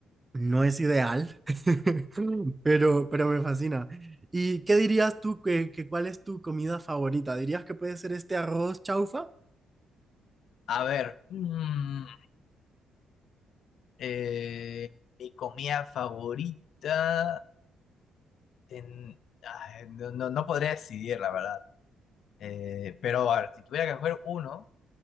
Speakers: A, on the right (about 20°); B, on the left (about 70°).
A: no es ideal, <laughs> pero, pero me fascina. ¿Y qué dirías tú que, que cuál es tu comida favorita? ¿Dirías que puede ser este arroz chaufa?
B: A ver, mm, eh, mi comida favorita, ten- ay, no, no- no podría decidir, la verdad. Eh, pero a ver, si tuviera que escoger uno,